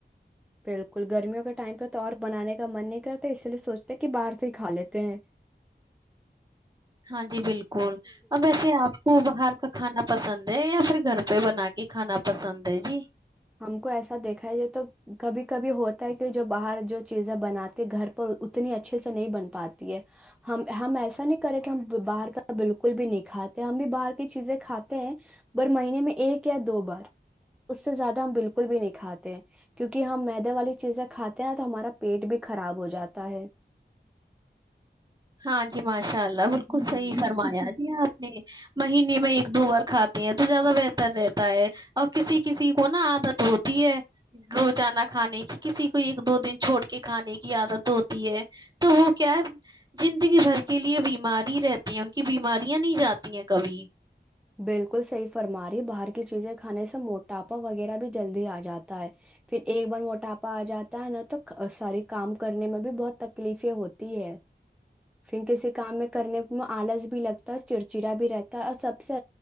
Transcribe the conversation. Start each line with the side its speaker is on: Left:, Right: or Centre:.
Centre: بالکل گرمیوں کے ٹائم پہ تو اور بنانے کا من نہیں کرتا اسی لیے سوچتے کہ باہر سے ہی کھا لیتے ہیں
Right: ہاں جی بالکل اور ویسے آپ کو باہر کا کھانا پسند ہے یا پھر گھر پہ بنا کے کھانا پسند ہے جی
Centre: ہم کو ایسا دیکھا ہے یہ تو کبھی کبھی ہوتا ہے کہ جو باہر جو چیزیں بناتے گھر پر اتنی اچھے سے نہیں بن پاتی ہے ہم ہم ایسا نہیں کرے کہ ہم باہر کا بالکل بھی نہیں کھاتے ہم بھی باہر کی چیزیں کھاتے ہیں پر مہینے میں ایک یا دو بار اس سے زیادہ ہم بالکل بھی نہیں کاتے کیونکہ ہم معدے والی چیزیں کھاتے ہیں نا تو ہمارا پیٹ بھی خراب ہو جاتا ہے
Right: ہاں جی ماشاء اللہ
Centre: ہ
Right: بالکل صحیح فرمایا جی آپ نے مہینے میں ایک دو بار کھاتے ہیں تو زیادہ بہتر رہتا ہے اور کسی کسی کو نا عادت ہوتی ہے روزانہ کھانے کی کسی کو ایک دو دن چھوڑ کے کھانے کی عادت ہوتی ہے تو وہ کیا ہے زندگی بھر کے لیے بیماری رہتے ہیں ان کی بیماریاں نہیں جاتی ہیں کبھی
Centre: بالکل صحیح فرما رہی باہر کی چیزیں کھانے سے موٹاپا وغیرہ بھی جلدی آ جاتا ہے پھر ایک بار موٹاپا آ جاتا ہے ن تو ساری کام کرنے میں بھی بہت تکلیفیں ہوتی ہے پھر کسی کام میں کرنے میں آلس بھی لگتا ہے چڑچڑا بھی رہتا ہے اور سب سب سے